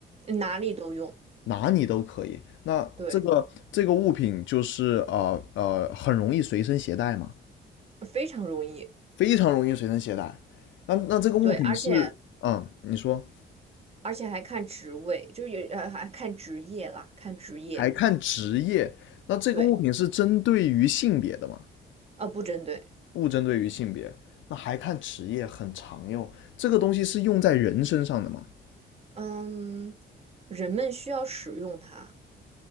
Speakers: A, on the right; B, on the left.
A: 哪里都用，
B: 哪里都可以。那这个这个物品就是呃呃，
A: 对，
B: 很容易随身携带嘛，
A: 非常容易，
B: 非常容易随身携带。那那这个物品是，
A: 对，而且
B: 嗯，你说。
A: 而且还看职位，就是也呃还看职业啦，看职业，
B: 还看职业。那这个物品是针对于性别的吗？
A: 对，啊，不针对，
B: 不针对于性别。那还看职业，很常用。这个东西是用在人身上的吗？
A: 嗯，人们需要使用它，